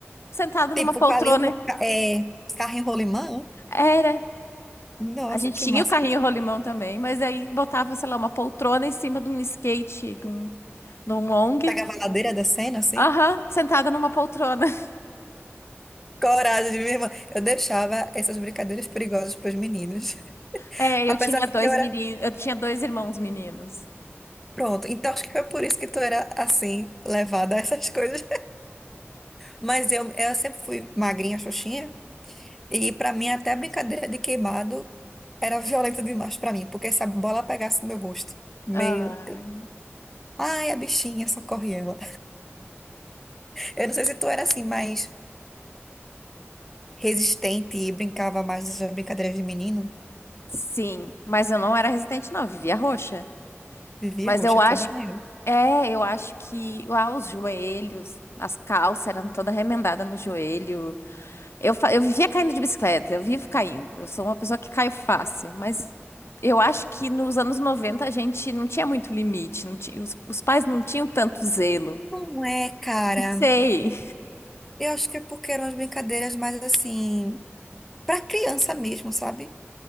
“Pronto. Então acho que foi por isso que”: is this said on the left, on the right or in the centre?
Centre